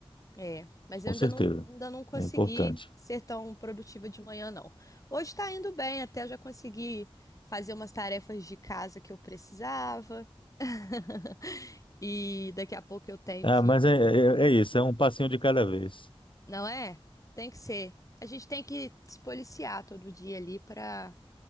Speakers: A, on the left; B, on the left.
A: É, mas eu
B: Com
A: ainda
B: certeza.
A: não, ainda não consegui
B: É importante.
A: ser tão produtiva de manhã, não. Hoje tá indo bem, até eu já consegui fazer umas tarefas de casa que eu precisava. <laughs> E daqui a pouco eu tenho
B: Ah,
A: que.
B: mas é, é, é isso. É um passinho de cada vez.
A: Não é? Tem que ser. A gente tem que se policiar todo dia ali pra,